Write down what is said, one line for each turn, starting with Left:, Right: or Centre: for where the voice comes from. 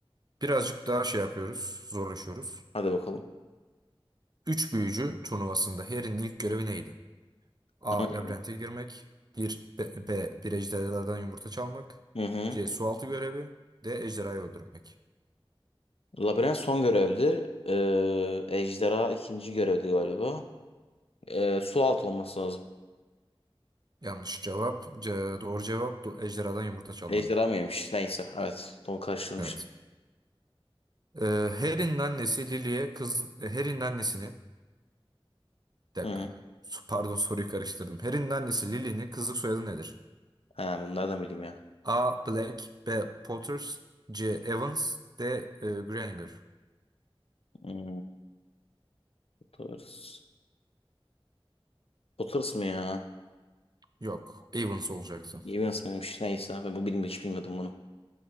Right: birazcık daha şey yapıyoruz, zorlaşıyoruz.
Left: Hadi bakalım.
Right: Üç büyücü turnuvasında Harry'nin ilk görevi neydi? A.
Left: Tamam.
Right: Labirente girmek. Bir, B. B, Bir ejderhalardan yumurta çalmak.
Left: Hı hı.
Right: C. Sualtı görevi. D. Ejderhayı öldürmek.
Left: Labirent son görevdi. Ee, ejderha ikinci görevdi galiba. Ee, su altı olması lazım.
Right: Yanlış cevap. C, doğru cevap do- ejderhadan yumurta çalmak.
Left: Ejderha mıymış? Neyse. Evet. Onu karıştırmışım.
Right: Evet. Ee, Harry'nin annesi Lily'e kız e, Harry'nin annesini Bir
Left: Hı
Right: dakika.
Left: hı.
Right: Su- Pardon soruyu karıştırdım. Harry'nin annesi Lily'nin kızlık soyadı nedir?
Left: Ha, bunu nereden bileyim ya?
Right: A. Black B. Potters C. Evans D. e, Granger
Left: Hmm, bu tarz. Potters mı ya?
Right: Yok. Evans olacaktı.
Left: Evans mıymış? Neyse ben bu bilmiyorum hiç bilmiyordum bunu.